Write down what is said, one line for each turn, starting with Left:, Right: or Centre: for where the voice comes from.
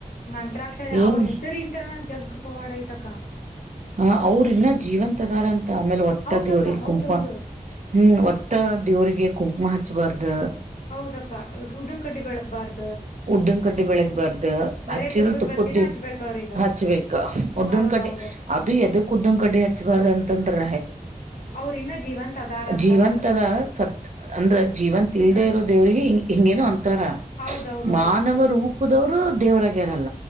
Left: ಮಂತ್ರಾಕ್ಷರ
Right: ಏನ್
Left: ಅವ್ರ ಹೆಸರು ಇಂತ್ರನ ಜಗ್ ಪವಾಡಯ್ತಕ
Right: ಹ ಅವ್ರ ಇನ್ನ ಜೀವಂತದಾರಂತ ಆಮೇಲೆ ಒಟ್ಟದ
Left: ಹೌದಕ್ಕ
Right: ದೇವ್ರಿ
Left: ಹೌದೌದು
Right: ಕುಂಕ ಹ್ಮ್ ಒಟ್ಟ ದೇವ್ರಿಗೆ ಕುಂಕುಮ ಹಚ್ಬಾರ್ದ
Left: ಹೌದಕ್ಕ ಉದನ್ಕಡ್ಡಿ ಬೆಳಗ್ ಬಾರ್ದು
Right: ಉದ್ದನ್ ಕಡ್ಡಿ ಬೆಳಗ್ ಬಾರ್ದ
Left: ಬರೇ
Right: ಹಚ್ಚಿದ
Left: ತುಪ್ಪದ
Right: ತುಪ್ಪದ್ದಿ
Left: ಬತ್ತಿನ ಹಚ್ಬೇಕ ಅವ್ರೀಗ
Right: ಹಚ್ಬೇಕ ಉದ್ದನ್
Left: ಹೌದೌದಕ್ಕ
Right: ಕಡ್ಡಿ ಅದು ಎದಕ್ ಉದ್ದನ್ ಕಡ್ಡಿ ಹಚ್ಬಾರ್ದ ಅಂತಂದ್ರೀ
Left: ಅವ್ರ ಇನ್ನ ಜೀವಂತ ಅದಾರ ಅಂತಂದ
Right: ಜೀವಂತದ ಸತ್ ಅಂದ್ರ ಜೀವಂತ ಇಲ್ದೆೇ
Left: ಹ್ಮ
Right: ಇರೋ ದೇವ್ರಿಗೆ ಹಿಂಗೇನೋ ಒಂತರ
Left: ಹೌದೌದೌದಕ್ಕ
Right: ಮಾನವ ರೂಪದವರು ದೇವರಾಗಿರಲ್ಲ